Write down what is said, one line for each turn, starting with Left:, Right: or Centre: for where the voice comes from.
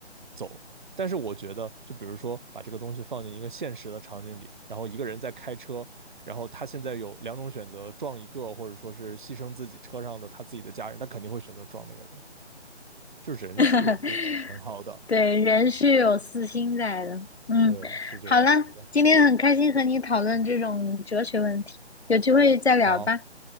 Right: 走？但是我觉得，就比如说把这个东西放进一个现实的场景里，然后一个人在开车，然后他现在有两种选择，撞一个或者说是牺牲自己车上的他自己的家人，他肯定会选择撞那个人的。就人是有这种偏好的，
Left: <laughs> 对，人是有私心在的。嗯，
Right: 对，是这个样子的。
Left: 好了，今天很开心和你讨论这种哲学问题，有机会再聊吧。
Right: 好，